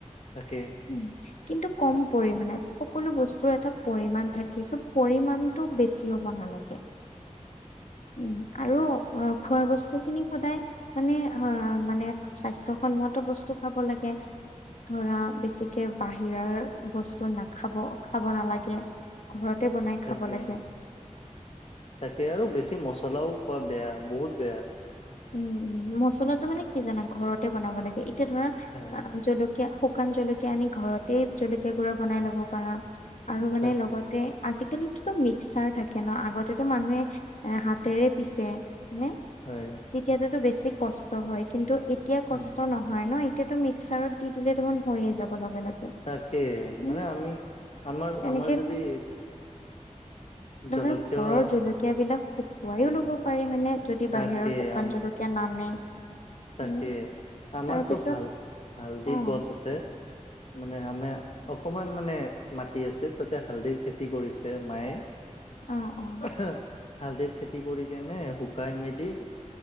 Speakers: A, on the left; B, on the left.
A: তাকেই।
B: উম, কিন্তু ক'ম পৰিমানে সকলো বস্তুৰ এটা পৰিমণ থাকে, সেই পৰিমমানতটো বেছি হ'ব নালাগে। উম, আৰু খোৱা বস্তুখিনি সদায় মানে হা মানে স্বাস্থ্যসন্মত বস্তু খাব লাগে। ধৰা বেছিকে বাহিৰা বস্তু নাখাব খাব নালাগে গে ঘৰতে বনাই
A: তাকে
B: খাব লাগে।
A: তাকে আৰু বেছি মছলাও খোৱা বেয়া বহুত বেয়া।
B: উম উম, মছলাটো মানে কি জানা ঘৰতে বনাব লাগে এতিয়া ধৰা
A: হয়
B: জল কীয়া শুকান জলকীয়া আনি ঘৰতেই জলকীয়া গুড়া বনাই ল'ব পাৰা আৰু মানে
A: তাকে
B: লগতে আজিকালিতো মিক্সাৰ থাকে ন আগতেটো মানুহে এ হাতেৰে পিছে নে।
A: হয়।
B: তেতিয়াটোটো বেছি কষ্ট হয় কিন্তু এতিয়া কষ্ট
A: উম,
B: নহ হয় ন এতিয়াটো মিক্সাৰত দি দিলে দেখোন হৈয়ে যাব লগে লগে।
A: তাকে
B: উম
A: মানে আমি আমাৰ
B: তেনেকে
A: আমাৰ যদি
B: ধৰক
A: জলকীয়
B: ঘৰৰ জলকীয়াবিলাক শুকুৱাইও
A: তাকে
B: লব পাৰি হয়নে যদি
A: তাকে
B: বাহিৰৰ শুকান
A: আম
B: জলকীয়া কীয়া নানে।
A: তাকে
B: উম
A: আমাৰটো
B: তাৰ পিছত
A: হাল হালধীৰ
B: অ
A: গছ আছে মানে আমি অকমান মানে মাটি আছে তাতে হালধিৰ খেতি কৰিছে মায়ে। <unintelligible>
B: অ অ
A: হালধীৰ খেতি কৰি কেনে শুকাই মেলি চাগে